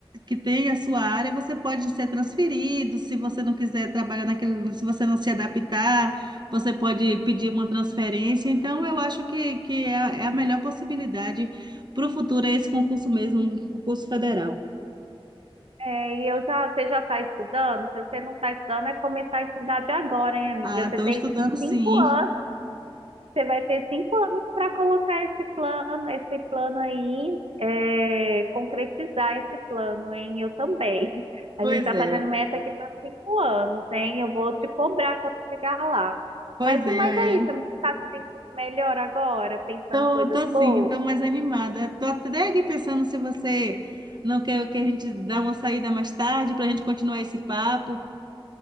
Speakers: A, on the right; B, on the right.
A: que tem a sua área, você pode ser transferido. Se você não quiser trabalhar naquele, se você não se adaptar, você pode pedir uma transferência. Então, eu acho que, que é, a- é a melhor possibilidade para o futuro, é esse concurso mesmo, um concurso federal.
B: É, e eu já, você já está estudando? Se você não está estudando, é começar a estudar de agora, hein, amiga?
A: Ah, estou
B: Você tem
A: estudando sim.
B: cinco anos, você vai ter cinco anos para colocar esse plano, esse plano aí, é, concretizar esse plano, hein? Eu também. <laughs> A
A: Pois
B: gente está
A: é,
B: fazendo meta aqui para cinco anos, hein? Eu vou te cobrar quando chegar lá.
A: pois
B: Mas
A: é.
B: no mais é
A: é.
B: isso, amiga. você está se sentindo melhor agora, pensando
A: Tô,
B: coisas
A: tô sim,
B: boas?
A: tô mais animada. Tô até aqui pensando se você não quer que a gente dê uma saída mais tarde para a gente continuar esse papo.